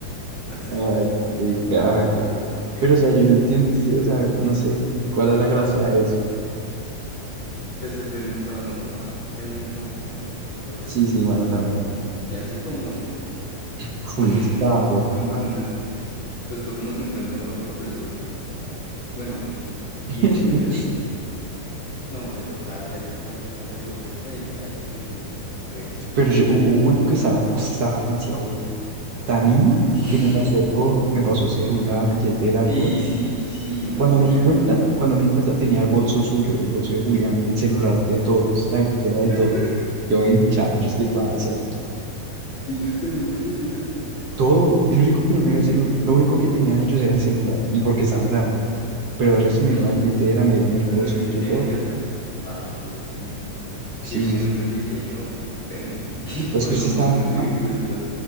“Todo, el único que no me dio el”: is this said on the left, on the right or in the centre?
Right